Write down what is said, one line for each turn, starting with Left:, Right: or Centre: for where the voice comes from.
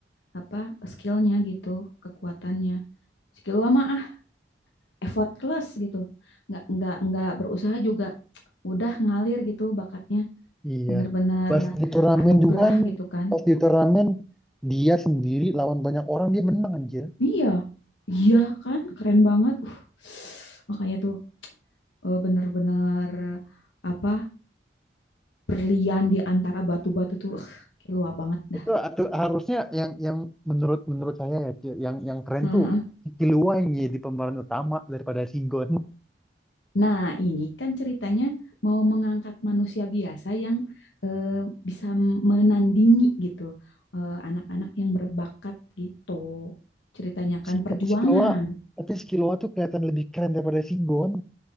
Left: apa skillnya gitu, kekuatannya. Si Killua mah ah effortless gitu. Enggak enggak enggak berusaha juga. <tsk> Udah ngalir gitu bakatnya.
Centre: Iya.
Left: Bener-bener
Centre: Pas di turnamen
Left: anugerah
Centre: juga kan,
Left: gitu kan.
Centre: pas di turnamen dia sendiri lawan banyak orang dia menang anjir.
Left: Iya, iya kan, keren banget. Uh, makanya tuh eh, bener-bener apa berlian di antara batu-batu tuh, uh, kayak banget dah.
Centre: Itu atau harusnya yang yang menurut menurut saya ya, Ci, yang yang keren
Left: Heeh.
Centre: tuh si Kilua yang jadi pemeran utama daripada Sigon.
Left: Nah, ini kan ceritanya mau mengangkat manusia biasa yang eh, bisa menandingi gitu eh, anak-anak yang berbakat gitu. Ceritanya kan
Centre: Si-
Left: perjuangan.
Centre: Tapi si Kilua, tapi si Kilua tuh kelihatan lebih keren daripada Sigon.